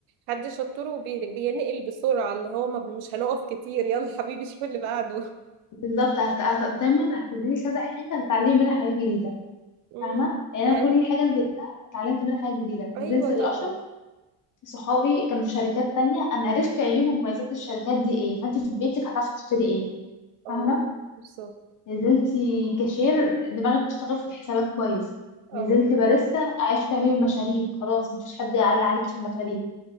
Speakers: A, on the right; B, on the left.
A: حد شطور وبينقل بسرعة اللي هو ما مش هنقف كتير يلا حبيبي شوف اللي بعده
B: بالظبط هت... هت- دايما هتديني كذا حاجه هتتعلمي منها حاجات جديده
A: <laughs> مم.
B: فاهمه يعني انا
A: لا
B: كل حاجه نزلتها اتعلمت منها حاجات جديده
A: ايوه
B: نزلت الاشر
A: طبعا
B: صحابي كانوا في شركات تانية أنا عرفت عيوب ومميزات الشركات دي إيه فأنت في بيتك هتعرفي تشتري إيه
A: اه
B: فاهمة
A: بالظبط
B: نزلتي كاشير دماغك بتشتغل في الحسابات كويس
A: اه
B: نزلت باريستا عرفت تعملي المشاريب خلاص مفيش حد يعلق عليك في المشاريب